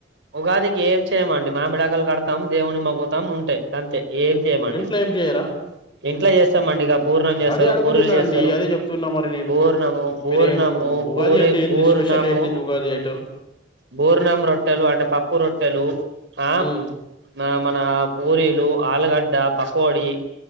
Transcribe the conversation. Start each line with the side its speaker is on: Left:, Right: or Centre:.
Right: ఉగాదికి ఏం చేయమండి మామిడాకులు కడత్ దేవుని మొక్కుతం ఉంటాయ్ అంతే ఏం చేయమంటారు
Left: ఇంట్లో ఏం చేయరా
Right: ఇంట్లో చేస్తామండిగా బూర్ణం చేస్తారు
Left: అదే అడుగుతున్నా
Right: పూరీలు చేస్తారు
Left: అండి అదే చెప్తున్నా మరి నేను
Right: బూర్ణము బూర్ణము
Left: మీరేం ఉగాది
Right: పూరి
Left: అంటే ఏంది
Right: బూర్ణము
Left: స్పెషల్ ఏంటిది ఉగాది ఐటమ్
Right: బూర్ణం రొట్టెలు అంటే పప్పు రొట్టెలు ఆ
Left: హ్మ్
Right: నా మన పూరీలు ఆలుగడ్డ పకోడి